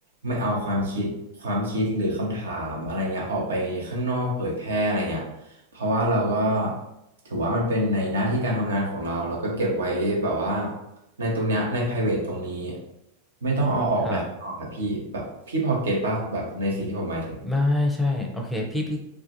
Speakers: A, on the right; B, in the centre.
A: ไม่เอาความคิดความคิดหรือคำถามอะไรเงี้ยออกไปข้างนอกเผยแพร่อะไรเงี้ย เพราะว่าเราก็ถือว่ามันเป็นในหน้าที่การทำงานของเราเราก็เก็บไว้แบบว่าในตรงเนี้ยใน private ตรงนี้ไม่ต้องเอาออกไปข้างนอกครับพี่แบบพี่พอเก็ตป่ะแบบในสิ่งที่ผมหมายถึง
B: ครับไม่ใช่โอเคพี่พี่